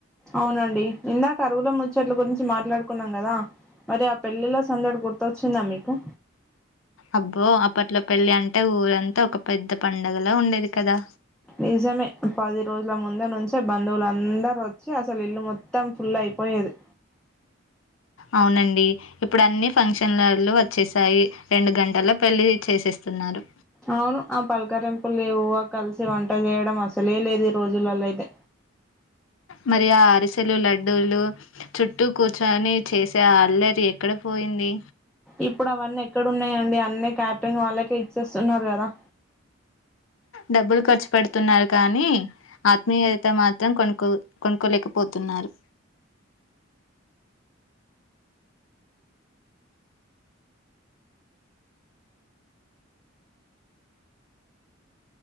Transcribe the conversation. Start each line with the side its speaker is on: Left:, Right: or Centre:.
Centre: అవునండి ఇందాక అరువుల ముచ్చట్ల గురించి మాట్లాడుకున్నాం కదా మరి ఆ పెళ్ళిలో సందడి గుర్తొచ్చిందా మీకు
Left: అబ్బో అప్పట్లో పెళ్ళి అంటే ఊరంతా ఒక పెద్ద పండగలా ఉండేది కదా
Centre: నిజమే పది రోజుల ముంద నుంచే బంధువులందరు వచ్చి అసలు ఇల్లు మొత్తం ఫుల్ అయిపోయేది
Left: అవునండి ఇప్పుడు అన్ని ఫంక్షన్ హాళ్లు వచ్చేసాయి రెండు గంటల్లో పెళ్ళి చేసేస్తున్నారు
Centre: అవును ఆ పలకరిెంపులువు కలిసి వంట చేయడం అసలే లేదు ఈ రోజులలో అయితే
Left: మరి ఆ అరిసెలు లడ్డూలు చుట్టూ కూర్చొని చేసే అల్లరి ఎక్కడ పోయింది
Centre: ఇప్పుడు అవన్నీ ఎక్కడ ఉన్నాయంండి అన్నీ క్యాటరింగ్ వాళ్ళకే ఇచ్చేస్తున్నారు కదా
Left: డబ్బులు ఖర్చు పెడుతున్నారు కానీ ఆత్మీయత మాత్రం కొను కొనుక్కలేకపోతున్నారు